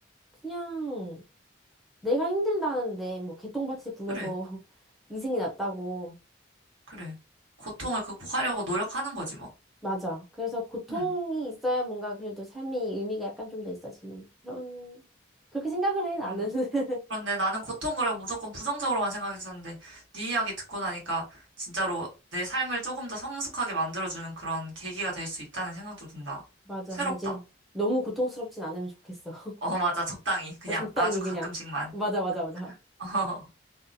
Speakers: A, in the centre; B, on the right.
A: 그냥 내가 힘들다는데 뭐 개똥밭을 굴러서
B: 그래,
A: <laughs> 이승이 났다고.
B: 그래. 고통을 극복하려고 노력하는 거지, 뭐.
A: 맞아. 그래서 고통이
B: 응,
A: 있어야 뭔가 그래도 삶이 의미가 약간 좀 더 있어지는 그런 그렇게 생각을 해 나는.
B: 응,
A: <laughs>
B: 그런데 나는 고통을 무조건 부정적으로만 생각했었는데 네 이야기 듣고 나니까 진짜로 내 삶을 조금 더 성숙하게 만들어주는 그런 계기가 될 수 있다는 생각도 든다.
A: 맞아.
B: 새롭다.
A: 근데 이제 너무 고통스럽진 않으면 좋겠어.
B: 어, <laughs> 맞아. 적당히. 그냥
A: <laughs> 적당히
B: 아주 가끔씩만.
A: 그냥. 맞아, 맞아, 맞아.
B: <laughs>